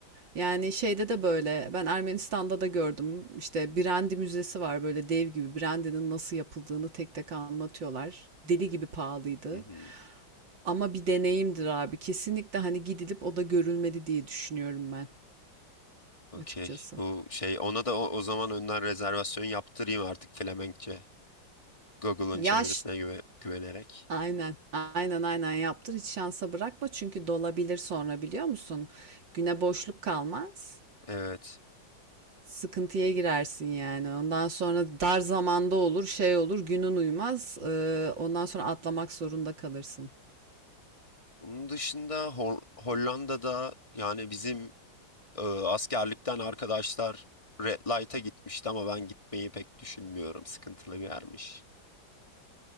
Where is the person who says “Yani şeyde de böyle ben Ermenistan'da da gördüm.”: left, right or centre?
Right